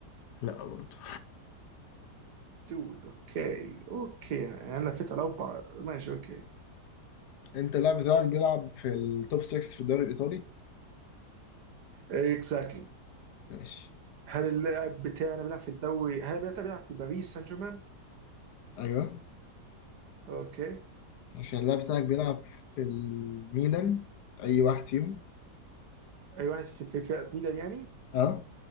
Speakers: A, on the left; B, on the right.
A: لا برضه
B: دول اوكي اوكي يعني انا لفيت على اربع ماشي اوكي
A: انت اللاعب بتاعك بيلعب في التوب 6 في الدوري الإيطالي؟
B: اكزاكتلي
A: ماشي
B: هل اللاعب بتاعنا بيلعب في الدوري هل بيلعب بيلعب في باريس سان جيرمان
A: ايوه
B: اوكي
A: عشان اللاعب بتاعك بيلعب في الميلان أي واحد فيهم
B: اي واحد في في فئة ميلان يعني
A: أه